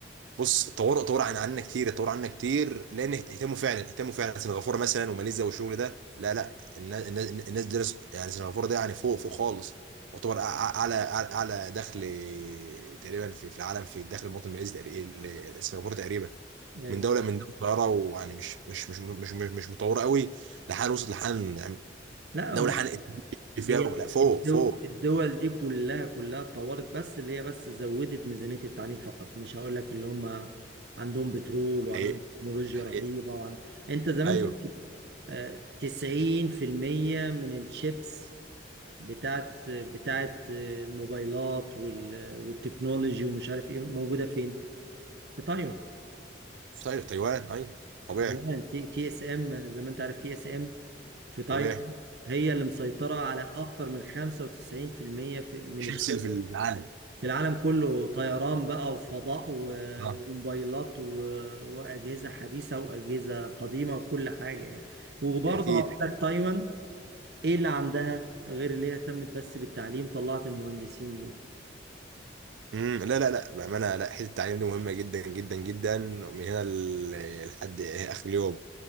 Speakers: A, on the right; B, on the right.
A: بص طوروا طوروا عن عنا كتير طوروا عنا كتير لان اهت- اهتموا فعلا اهتموا فعلا سنغافوره مثلا وماليزيا والشغل ده لا لا الناس الناس الناس درس يعني سنغافوره ده يعني فوق فوق خالص يعتبر أع- اعلى اعلى أعلى دخل تقريبا في في العالم في الدخل المواطن الماليزي تقري- ال- سنغافوره تقريبا
B: يعني
A: من دوله من دوله صغيره ويعني مش مش مش مش مش, مش متطوره قوي لحال وصلت لحال يعني
B: لا
A: دوله
B: ما-
A: حنقت فيها
B: هي
A: لا فوق
B: الدول,
A: فوق
B: الدول دي كلها كلها اتطورت بس اللي هي بس زودت ميزانية التعليم فقط مش هقول لك اللي هم عندهم بترول وعندهم
A: حقيقي
B: تكنولوجيا
A: حقيقي
B: رهيبة وعن... انت زمان
A: ايوه
B: شفت آه، 90% من الشيبس بتاعت بتاعت الموبايلات وال... والتكنولوجي ومش عارف ايه موجوده فين في تايوان
A: طيب تايوان ايوه طبيعي
B: تايوان تي... تي اس ام زي ما انت عارف تي اس ام في تايوان
A: طبيعي
B: هي اللي مسيطره على اكتر من 95% في... المية في
A: شيبسي
B: من الشغل
A: اللي في العالم
B: في العالم كله طيران بقى وفضاء و...
A: آه.
B: وموبايلات و... واجهزه حديثه واجهزه قديمه وكل حاجه يعني وبرضه
A: اكيد
B: هقول لك تايوان ايه اللي عندها غير اللي هي اهتمت بس بالتعليم طلعت المهندسين دول
A: امم لا لا لا بامانه لا حته التعليم دي مهمه جدا جدا جدا من هنا ل- لحد اخر اليوم